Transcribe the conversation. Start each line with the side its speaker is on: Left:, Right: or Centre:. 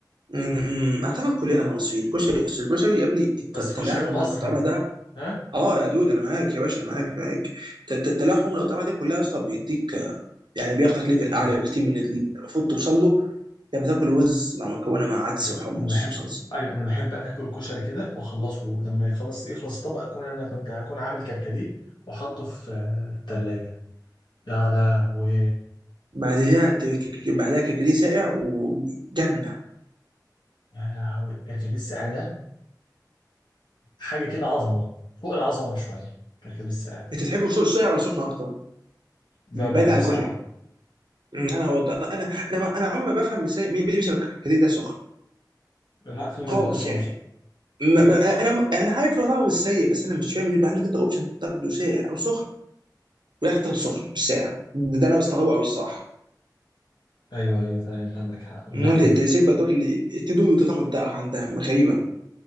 Right: م- م- اعتقد كلنا كمصريين الكشري أصل الكشري يا ابني الت-
Left: بس الكشري
Right: تلاحم
Left: المصري
Right: الاطعمه ده
Left: ها
Right: اه يا دود انا معاك يا باشا معاك معاك ت- ت- تلاحم الاطعمه ده كلها يا اسطى بيديك آه، يعني بياخدك ليفل
Left: مم.
Right: اعلى بكتير من اللي المفروض توصل له لما تاكل رز مع مكونه مع عدس
Left: أنا
Right: وحمص
Left: بحب
Right: وصلصه
Left: أيوه أنا بحب آكل الكشري كده وأخلصه لما يخلص يخلص الطبق أكون أنا كنت أكون عامل كركديه وأحطه في في التلاجة يا لهوي
Right: بعد كده ت- ك- ك- بعدها كركديه ساقع وجنه
Left: يا لهوي كركديه السعادة حاجة كده عظمة فوق العظمة بشوية كركديه السعادة
Right: انت تحب السوق ساقع ولا سخن اكتر
Left: لا
Right: بعيد
Left: بحبه
Right: عن
Left: ساقع
Right: الكشري م، انا وض... انا انا انا, ما- أنا عمري ما بفهم ازاي مين بيشرب الكركديه ده سخن
Left: لا في
Right: خالص
Left: ناس بتشربه
Right: يعني ما ما انا انا عارف انه طعمه مش سيء بس انا مش فاهم ان يبقى عندك انت اوبشن تاخده ساقع او سخن ولا تاخده سخن مش ساقع ده, ده انا بستغربه قوي الصراحه
Left: ايوه ايوه فعلا انت عندك حق ولكن
Right: إن انت إنت ازاي بدوك التندور تاخد ده عندها غريبه